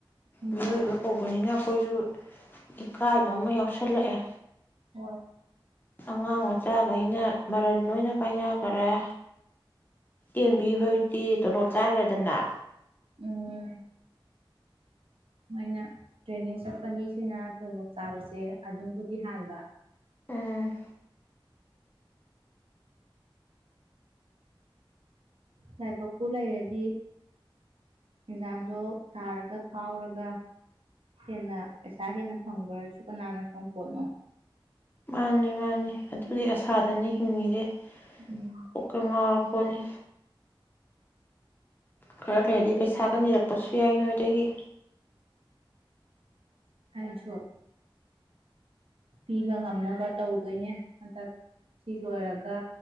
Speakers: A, on the right (about 85°); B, on the left (about 20°).
A: ꯎꯝ
B: ꯃꯤꯑꯣꯏꯕ ꯀꯧꯕꯅꯤꯅ ꯈꯣꯏꯖꯨ꯫ ꯏꯀꯥꯏꯕ ꯑꯃ ꯌꯥꯎꯁꯜꯂꯛꯑꯦ꯫
A: ꯍ
B: ꯑꯉꯥꯡ ꯃꯆꯥꯒꯩꯅ ꯃꯔꯟ ꯂꯣꯏꯅ ꯄꯥꯏꯅꯒꯔꯦ ꯇꯦꯝꯕꯤ ꯍꯣꯏꯗꯤ ꯇꯣꯂꯣꯞ ꯆꯥꯒ꯭ꯔꯦꯗꯅ꯫
A: ꯎꯝ ꯃꯣꯏꯅ ꯇ꯭ꯔꯦꯟꯅꯤꯡ ꯆꯠꯄ ꯃꯤꯁꯤꯅ ꯇꯣꯂꯣꯞ ꯆꯥꯕꯁꯦ ꯑꯗꯨꯝꯕꯨꯗꯤ ꯍꯥꯟꯕ꯫ <inaudible>
B: ꯎꯝ
A: ꯂꯥꯏꯕꯛꯄꯨ ꯂꯩꯔꯗꯤ ꯑꯦꯛꯖꯥꯝꯗꯣ ꯊꯥꯔꯒ ꯐꯥꯎꯔꯒ ꯍꯦꯟꯅ ꯄꯩꯁꯥ ꯍꯦꯟꯅ ꯐꯪꯕ꯭ꯔꯁꯨ ꯀꯅꯥꯅ ꯈꯪꯄꯣꯠꯅꯣ꯫
B: ꯃꯥꯅꯤ ꯃꯥꯅꯤ ꯑꯗꯨꯒꯤ ꯑꯁꯥꯗꯅꯤ ꯍꯤꯡꯉꯤꯖꯦ꯫
A: ꯎꯝ
B: ꯀꯣꯛꯀ ꯉꯥꯎ ꯄꯣꯅꯤ꯫ ꯈꯔ ꯂꯩꯔꯗꯤ ꯄꯩꯁꯥꯒ ꯅꯤꯔꯛꯄꯁꯨ ꯌꯥꯏ ꯅꯣꯏꯗꯒꯤ꯫
A: ꯑꯩꯁꯨ꯫ ꯄꯤꯕ ꯉꯝꯅꯕ ꯇꯧꯗꯣꯏꯅꯦ ꯍꯟꯗꯛ ꯁꯤ ꯂꯣꯏꯔꯒ